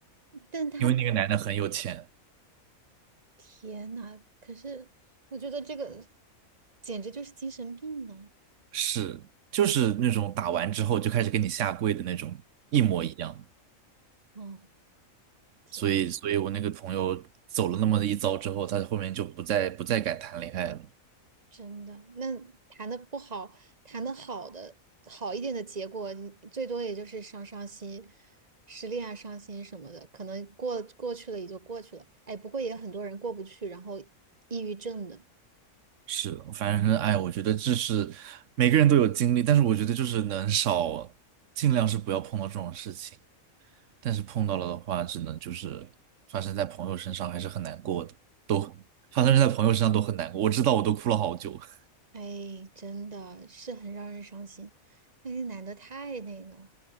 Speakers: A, on the right; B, on the right.
A: 但他打，
B: 因为那个男的很有钱，
A: 天呐，可是我觉得这个简直就是精神病呢、
B: 是就是那种打完之后就开始给你下跪的那种，一模一样。
A: 哦，天。
B: 所以，所以我那个朋友走了那么一遭之后，他后面就不再不再敢谈恋爱了。
A: 真的，那谈的不好，谈的好的好一点的结果，你最多也就是伤伤心，失恋啊、伤心什么的，可能过过去了也就过去了。哎，不过也有很多人过不去，然后抑郁症的，
B: 是的，反正哎，我觉得这是每个人都有经历，但是我觉得就是能少，尽量是不要碰到这种事情。但是碰到了的话，只能就是发生在朋友身上，还是很难过的，都发生在朋友身上都很难过。我知道，我都哭了好久。<laughs>
A: 哎，真的是很让人伤心。哎那个男的太那个了，